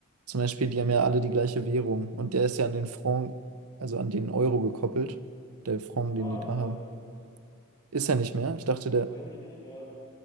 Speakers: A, on the right; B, on the left.
A: zum Beispiel, die haben ja alle die gleiche Währung und der ist ja an den Franc, also an den Euro gekoppelt. Der Franc,
B: War
A: den die
B: mal.
A: da haben. Ist er nicht mehr?
B: Ich glaub,
A: Ich
B: das
A: dachte, der.
B: meine ich nicht mehr.